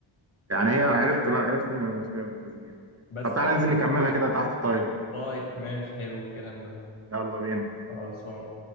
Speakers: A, on the right; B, on the left.
A: يعني هي عرفت لا عرفت ان المشكله في التسجيل
B: بس
A: طب تعالى
B: هو
A: ننزل نكملها كده تحت طيب
B: طيب ماشي حلو الكلام ده
A: يلا بينا
B: خلصان